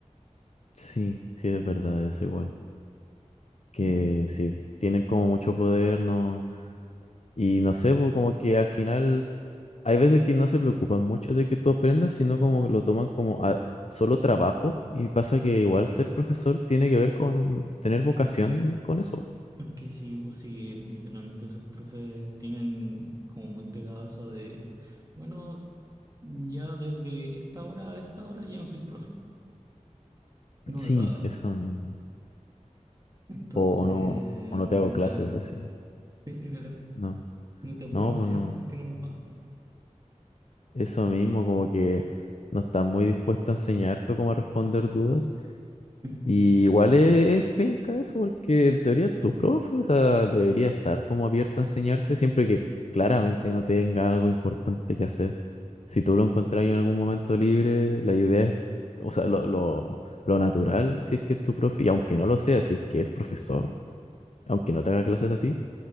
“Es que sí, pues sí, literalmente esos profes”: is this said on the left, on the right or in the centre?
Right